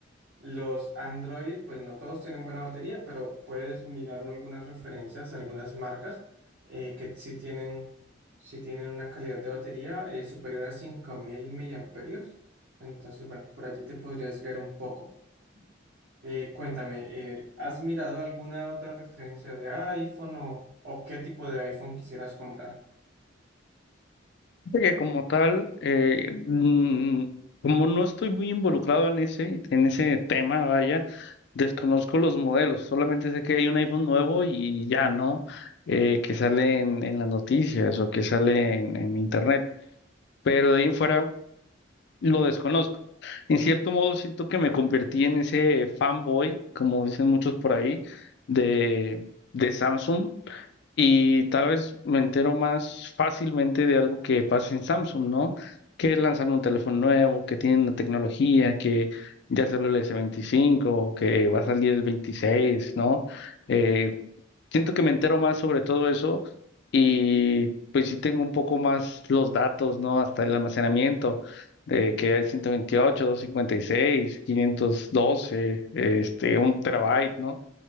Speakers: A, on the right (about 65°); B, on the left (about 60°).
A: los Android, pues no todos tienen buena batería, pero puedes mirar algunas referencias, algunas marcas eh, que sí tienen, sí tienen una calidad de batería eh, superior a 5000 miliamperios. Entonces, bueno, por allí te podrías guiar un poco. Eh, cuéntame, eh, ¿has mirado alguna otra referencia de iPhone o, o qué tipo de iPhone quisieras comprar?
B: Fíjate que como tal, eh, mm, como no estoy muy involucrado en ese, en ese tema, vaya, desconozco los modelos, solamente sé que hay un iPhone nuevo y ya, ¿no? Eh, que sale en, en las noticias o que sale en, en internet, pero de ahí en fuera lo desconozco. En cierto modo siento que me convertí en ese fanboy, como dicen muchos por ahí, de, de Samsung y tal vez me entero más fácilmente de algo que pasa en Samsung, ¿no? Que lanzan un teléfono nuevo, que tienen la tecnología, que ya salió el S25, que va a salir el 26, ¿no? Eh, siento que me entero más sobre todo eso y pues sí tengo un poco más los datos, ¿no? Hasta el almacenamiento. de que hay 128, 256, 512, este, un terabyte, ¿no?